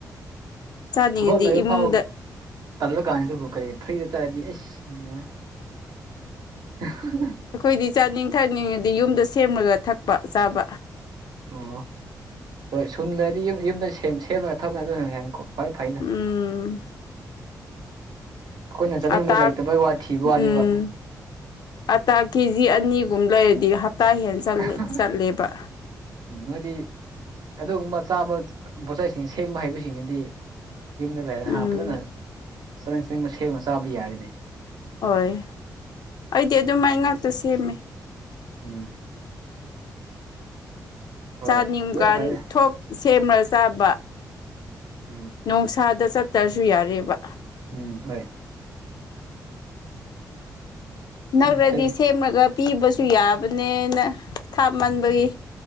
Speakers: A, on the left; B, on the right.
A: ꯆꯥꯅꯤꯡꯉꯗꯤ
B: ꯊꯕꯛ ꯂꯩꯔ
A: ꯏꯃꯨꯡꯗ
B: ꯐꯥꯎ ꯇꯜꯂ ꯀꯥꯟꯁꯤꯗꯕꯨ ꯀꯔꯤ ꯐ꯭ꯔꯤꯗ ꯇꯥꯔꯗꯤ ꯑꯩꯁ <unintelligible>
A: ꯑꯩꯈꯣꯏꯗꯤ ꯆꯥꯅꯤꯡ ꯊꯛꯅꯤꯡꯉꯗꯤ ꯌꯨꯝꯗ ꯁꯦꯝꯃꯒ ꯊꯛꯄ ꯆꯥꯕ
B: ꯑꯣ ꯍꯣꯏ ꯁꯨꯝ ꯂꯩꯔꯗꯤ ꯌꯨꯝ ꯌꯨꯝꯗ ꯁꯦꯝ ꯁꯦꯝꯔꯒ ꯊꯛꯄ ꯑꯗꯨꯅ ꯍꯦꯟ ꯈ꯭ꯋꯥꯏ ꯐꯩ
A: ꯎꯝ ꯎꯝ
B: ꯑꯩꯈꯣꯏꯅ ꯆꯥꯅꯤꯡꯕꯗ
A: ꯑꯥ ꯇꯥꯛ
B: ꯂꯩꯇꯕꯩ ꯋꯥ ꯊꯤꯕ ꯋꯥꯅꯦꯕ
A: ꯎꯝ ꯑꯇꯥ ꯀꯦ ꯖꯤ ꯑꯅꯤꯒꯨꯝ ꯂꯩꯔꯗꯤ ꯍꯞꯇꯥ ꯍꯦꯟ ꯆꯠꯂꯦ
B: <unintelligible>
A: ꯆꯠꯂꯦꯕ
B: ꯎꯝ ꯅꯣꯏꯗꯤ ꯑꯗꯨꯒꯨꯝꯕ ꯆꯥꯕ ꯄꯣꯠꯆꯩꯁꯤꯡ ꯁꯦꯝꯕ ꯍꯩꯕꯁꯤꯡꯒꯤꯗꯤ ꯌꯨꯝꯗ ꯂꯩꯔꯒ
A: ꯎꯝ
B: ꯍꯥꯥ ꯐꯖꯅ ꯆꯥꯅꯤꯡ ꯆꯅꯤꯡꯕ ꯁꯦꯝꯃꯒ ꯆꯥꯕ ꯌꯥꯔꯤꯅꯤ
A: ꯍꯣꯏ ꯑꯩꯗꯤ ꯑꯗꯨꯃꯥꯏ ꯉꯥꯛꯇ ꯁꯦꯝꯃꯦ
B: ꯎꯝ ꯍꯣꯏ
A: ꯆꯥꯅꯤꯡꯕꯒꯥꯟ
B: ꯑꯗꯨꯅ ꯐꯩꯗ
A: ꯊꯣꯛ ꯁꯦꯝꯂ ꯆꯥꯕ
B: ꯎꯝ
A: ꯅꯣꯡꯁꯥꯗ ꯆꯠꯇ꯭ꯔꯁꯨ ꯌꯥꯔꯦꯕ
B: ꯎꯝ ꯍꯣꯏ
A: ꯅꯛꯔꯗꯤ
B: ꯑꯇꯩ
A: ꯁꯦꯝꯔꯒ ꯄꯤꯕꯁꯨ ꯌꯥꯕꯅꯦꯅ ꯊꯥꯞ ꯃꯟꯕꯒꯤ